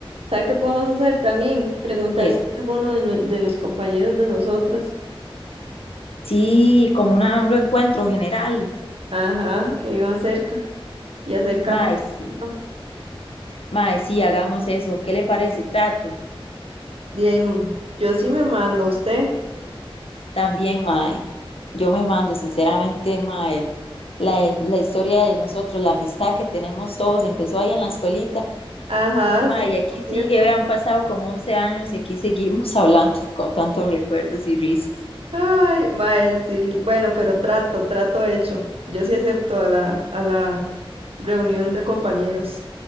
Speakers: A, on the right; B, on the left.
A: ¿sabe qué podemos hacer también? Preguntar
B: Eh,
A: si hay alguno de, nue- de los compañeros de nosotras,
B: sí, como una- un reencuentro general.
A: ajá, que vivan cerca y hacer café.
B: Mae, sí,
A: ¿cierto?
B: mae, sí, hagamos eso. ¿Qué le parece? Trato.
A: De ahí, mm, yo sí me mando a usted.
B: También, mae, yo me mando, sinceramente, mae, la, la historia de nosotros, la amistad que tenemos todos, empezó ahí en la escuelita.
A: Ajá,
B: Mae,
A: sí,
B: y aquí sigue,
A: ¿cierto?
B: vean, han pasado como 11 años y aquí seguimos <laughs> hablando con tantos recuerdos y risas.
A: Ay, mae, sí. Bueno, pero trato, trato hecho. Yo sí acepto a la, a la reunión de compañeros.